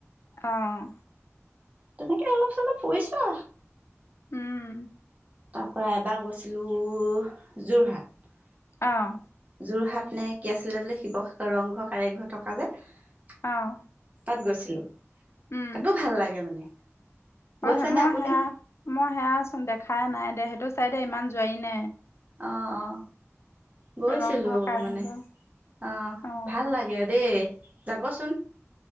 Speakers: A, on the left; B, on the right.
A: আহ
B: তেনেকে অলপ চলপ ফুৰিছো
A: উম
B: তাপা এবাৰ গৈছিলো যোৰহাট
A: অঁ।
B: যোৰহাট নে কি আছিলে বোলে শিৱসাগ ৰংঘৰ কাৰেংঘৰ থকা যে। তাতো
A: অ
B: গৈছিলো,
A: উম
B: তাতো ভাল লাগে মানে। গৈছেনে
A: অ মই
B: আপুনি
A: সেয়া মই সেয়াচোন দেখাই নাই। দে সেইটো চাইদে ইমান যোৱাই নাই।
B: অঁ অঁ। গৈছিলো
A: ৰংঘৰ কাৰেংঘৰ
B: মানে, আহ
A: অ
B: ভাল লাগে দেই। যাবচোন।